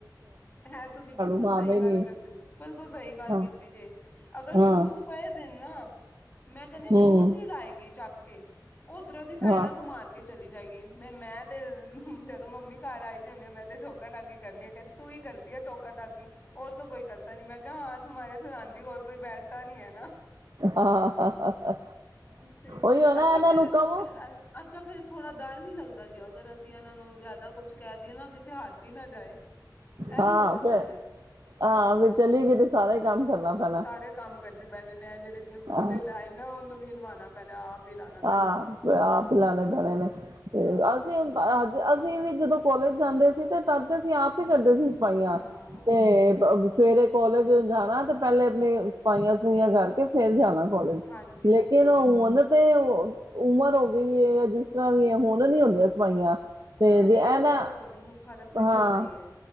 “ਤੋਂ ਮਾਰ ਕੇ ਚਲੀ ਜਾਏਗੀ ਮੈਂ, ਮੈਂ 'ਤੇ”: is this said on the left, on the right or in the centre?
Left